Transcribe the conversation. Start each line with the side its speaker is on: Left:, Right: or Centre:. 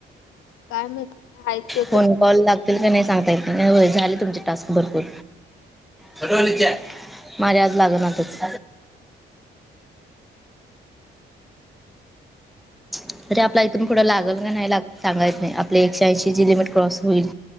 Left: काय माहित आहेत ते
Centre: फोन
Left: तर
Centre: कॉल लागतील का नाही सांगता येत नाही हो झाले तुमचे टास्क भरपूर. सगळं विचार माझे आज लागनातंच. म्हणजे आपला इथून फूढं
Left: हॅलो
Centre: लागल का नाई लाग सांगाच नाही आप आपले एकशे ऐंशी ज लिमिट क्रॉस होईल